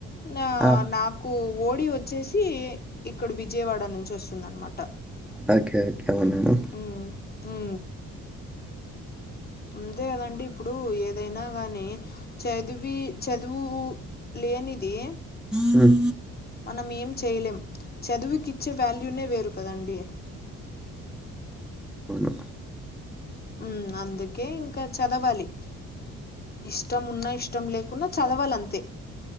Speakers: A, on the left; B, in the centre.
A: నా
B: ఆ!
A: నాకు కు ఓడి వచ్చేసి ఇక్కడ విజయవాడ నుంచి వస్తుంది అనమాట
B: ఓకే ఓకే మేడం
A: ఊ ఊ అంతే కదండి ఇప్పుడు ఏదైనా కానీ చదివి చదువు లేనిదే
B: హ్మ్.
A: మనం ఏం చేయలేం చదువుకి ఇచ్చే వాల్యూనే వేరు కదండి
B: అవున
A: ఉ అందుకే ఇంకా చదవాలి ఇష్టం ఉన్నా ఇష్టం లేకున్నా చదవాలంతే